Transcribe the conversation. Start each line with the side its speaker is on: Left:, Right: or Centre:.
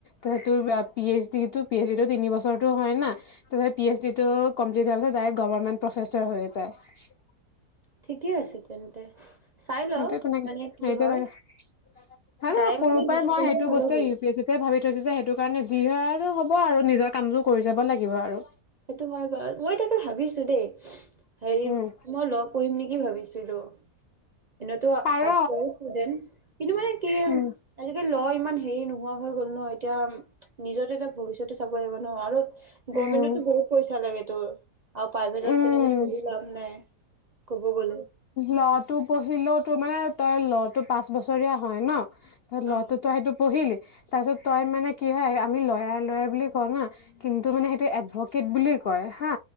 Left: তেনেহ'লে তোৰ পি এইচ ডিটো, পি এইচ ডিটো তিন বছৰটো হয় না। তাৰ পি এইচ ডি টো কমপ্লিট হোৱাৰ পিছত ড গভৰ্মেণ্ট প্ৰফেচৰ হৈ যায়।
Right: ঠিকে আছে তেন্তে। চাই ল
Left: সেই তেনেকে
Right: মানে কি
Left: সেইটো
Right: হয়
Left: <unintelligible>
Right: ডাইৰেক্ট
Left: সৰু
Right: মানে
Left: পৰাই
Right: ডিচিচনটো
Left: মই সেইটো
Right: নলবি
Left: বস্তু ইউ পি এ চি ভাবি থৈছো যে সেইটো কাৰণে যি হয় আৰু হ'ব আৰু নিজৰ কামবোৰ কৰি যাব লাগিব আৰু।
Right: সেইটো হয় বাৰু, মই তাকে ভাবিছো দেই হেৰি
Left: উম
Right: মই লগ কঢ়িম নেকি ভাবিছিলো, এনেটো
Left: পাৰ
Right: আঠশ ষ্টুডেণ্ট কিন্তু মানে কি
Left: উম
Right: আজিকালি লো ইমান হেৰি নোহোৱা হৈ গ'ল ন, এতিয়া নিজৰটো এতিয়া ভৱিষ্যতো চাব লাগিব ন আৰু গমেন্টত
Left: উম
Right: পইচা লাগে তোৰ আৰু প্ৰাইভেটত
Left: উম
Right: তেনেকে পঢ়ি লাভ নাই ক'ব গ'লে।
Left: লো টো পঢ়িলেও তোৰ মানে তই ল টো পাঁচ বছৰীয়া হয় ন। লো
Right: অ
Left: তো তই সেইটো পঢ়িলি। তাৰ পিছত তই মানে কি হয় আমি লয়াৰ লয়াৰ বুলি কওঁ না কিন্তু মানে সেইটো এডভকেট বুলি কয় হা।